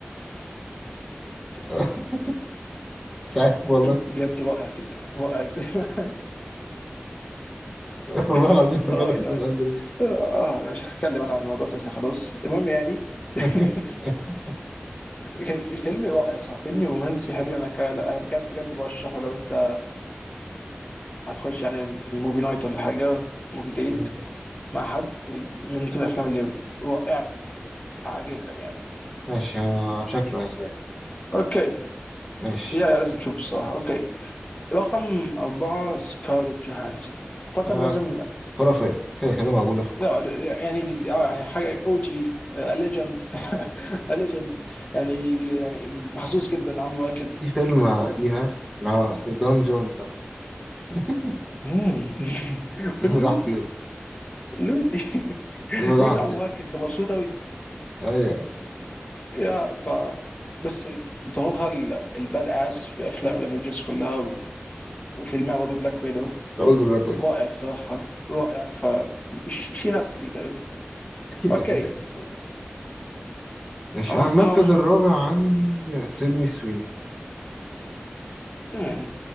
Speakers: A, in the centre; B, on the left.
A: <laughs> مش عارف والله
B: بجد رائع جدا رائع جدا
A: والله العظيم
B: <laughs>
A: افتكرتك
B: اوه ماي
A: هتقول
B: جاد
A: اندرو ويجنز
B: اه أنا مش هتكلم انا عن الموضوع ده خلاص المهم يعني <laughs>
A: <laughs>
B: كان فيلم رائع صح فيلم رومانسي حلو انا ك- لا، بجد بجد برشحه لو انت هتخش يعني في موفي نايت ولا حاجه موفي ديت
A: ماشي
B: مع حد من ضمن الافلام اللي رائعه جدا يعني
A: ماشي آه، شكله يعني باين
B: اوكي
A: ماشي
B: يا لازم تشوفه الصراحه اوكي رقم أربعة سكارليت جوهانسون أعتقد
A: آه،
B: لازم
A: خرافية كده كده موجودة في القائمة
B: لا لا، يعني دي دي- اه يعني حاجة أو جي ليجند ليجند <laughs> يعني يعني محظوظ جدا عم واكد
A: في فيلم ليها اللي هو ذا دانجون لو شفت <laughs>
B: مم. <laughs>
A: الفيلم
B: فيلم
A: ده
B: لوسي
A: حقير
B: لوسي <laughs>
A: الفيلم ده
B: لوسي
A: حقير
B: عم واكد كان مبسوط أوي
A: ايوه
B: يا ف بس ظهورها ال- الباد اس في افلام الافنجرز كلها و- وفيلمها برضه بلاك ويدو
A: اقول ده بقى كويس
B: رائع الصراحه رائع ف شي هاز تو بي ذير
A: اكيد
B: اوكي
A: اكيد اكيد موجود ماشي
B: رقم
A: انا المركز الرابع عندي سيدني سويني
B: مم.